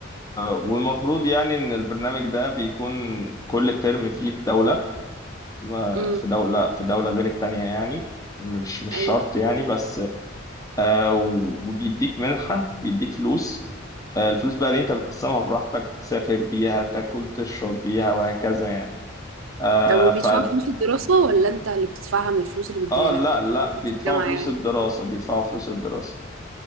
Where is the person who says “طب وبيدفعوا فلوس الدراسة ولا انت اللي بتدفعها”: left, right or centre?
Right